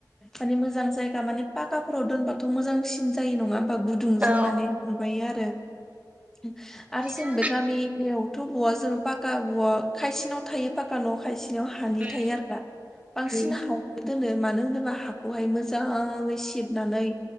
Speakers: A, in the centre; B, on the right.
A: माने मोजां जायगा माने पाखाफोराव दोनबाथ' मोजांसिन जायो नंङा होमबा? गुदुंजों
B: औ
A: माने माबायो आरो। आरो
B: बिदिनो
A: जों बे गामियावथ' बहा जोङो पाका उवाल खायसेनाव थायो पाका न'आव खायसे बिनाव हानि
B: उम
A: थायो आरोना बांसिन
B: उम
A: हानो दोनो मानो होनोबा हाखौहाय मोजाङै सिबनानै